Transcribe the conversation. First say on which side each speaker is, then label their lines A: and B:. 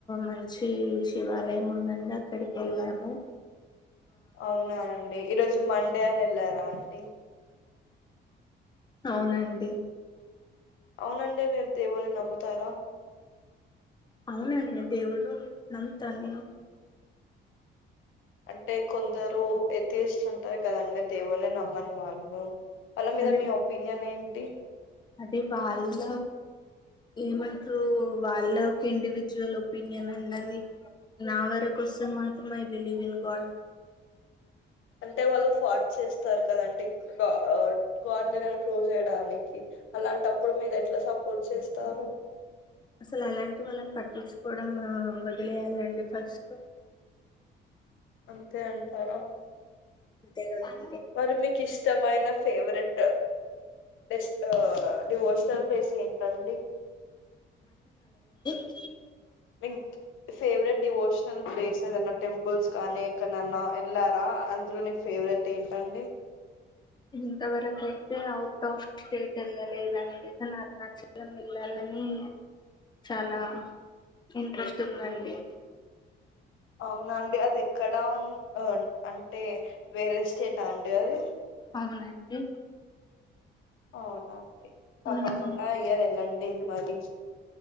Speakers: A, on the left (about 20°); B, on the left (about 80°).
A: మంచి శివాలయం ఉందండి అక్కడికి ఏళ్ళాము
B: అవునా అండి ఈరోజు మం డే అని ఏల్లరా ఆంటీ
A: అవునండి
B: అవునండి మీరు దేవున్నీ నమ్ముతారా
A: అవునండి దేవుడు నమ్ముతను
B: అంటే కొందరు ఎత్తేస్తుంటారు కదండి దేవుల్లని నమ్మని వాళ్ళు వాళ్ళ మీద
A: అదే
B: మీ ఒపీనియన్ ఏం టి
A: అదే వాళ్ళ ఏమంటారు. వాళ్ళకి ఇండివిజువల్ ఒపీనియన్ అండి ఆది నా వరకు వస్తే మాత్రం ఐ బిలీవ్ ఇన్ గాడ్
B: అంటే వాళ్ళు ఫార్ట్ చేస్తారు. కదండి గా ఆ గాడ్ లేదని ప్రూవ్ చేయడానికి అలాంటప్పుడు మీరు ఎట్లా సపోర్ట్ చేస్తారు.
A: అసలు అలాంటి వాళ్ళని పట్టిచ్చు కోవడం వదిలేయాలండి ఫస్ట్
B: అంతే అంటారా
A: అంతే కదండి
B: మరి మీకు ఇష్టమైన ఫేవరెట్ డెస్ట్ డేవోషనల్ ప్లేస్ ఏంటండి
A: ఇ
B: మీ ఫేవరెట్ డివోషనల్ ప్లేస్ ఏదన్న టెంపుల్స్ కానీ ఎక్కనన్నా ఎళ్లారా అందులో నీ ఫేవరెట్ ఏంటండి.
A: ఇంతవరకు అయితే అవుట్ ఆఫ్ స్టేట్ ఏళ్ళలేదండి. కానీ అరుణాచలం వెళ్లా లని చాలా ఇంట్రెస్ట్ ఉందండి.
B: అవునండి. అది ఎక్కడా ఉ అంటే వేరే స్టేట అండి అది
A: అవునండి
B: ఆ అండి తప్పకుండా
A: మ్మ్.
B: ఇయర్ ఏల్లండి కే మరి